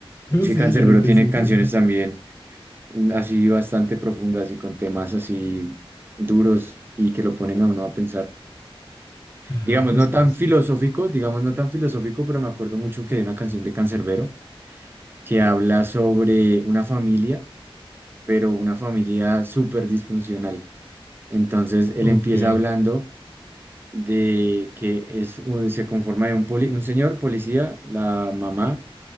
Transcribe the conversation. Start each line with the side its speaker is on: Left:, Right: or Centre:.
Left: No
Right: Es
Left: sé,
Right: que Canserbero
Left: yo nunca
Right: tiene
Left: he escuchado
Right: canciones
Left: eso.
Right: también mm, así bastante profundas y con temas así duros y que lo ponen a uno a pensar.
Left: Ajá,
Right: Digamos,
Left: pues
Right: no
Left: puede
Right: tan
Left: ser.
Right: filosófico, digamos, no tan filosófico, pero me acuerdo mucho que hay una canción de Canserbero que habla sobre una familia pero una familia súper disfuncional. Entonces él
Left: Ok,
Right: empieza hablando de que es, un- se conforma de un, poli- un señor policía, la mamá